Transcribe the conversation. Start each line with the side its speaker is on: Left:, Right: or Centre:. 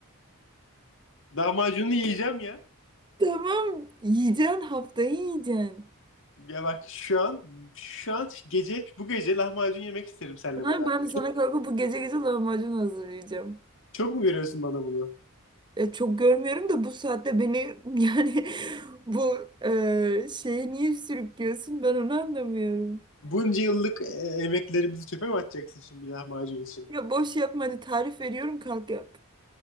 Left: Lahmacunu yiyeceğim ya.
Right: <laughs> Tamam yiyeceksin haftayı yiyeceksin.
Left: Ya bak şu an şu an gece bu gece lahmacun yemek isterim seninle
Right: Ha,
Left: beraber.
Right: ben de sana kalkıp bu gece gece lahmacun hazırlayacağım.
Left: Çok mu veriyorsun bana bunu?
Right: E, çok görmüyorum da bu saatte beni <laughs> yani bu e, şeye niye sürüklüyorsun ben onu anlamıyorum.
Left: Bunca yıllık e, emeklerimizi çöpe mi atacaksın şimdi bir lahmacun için?
Right: Ya boş yapma hadi tarif veriyorum kalk yap.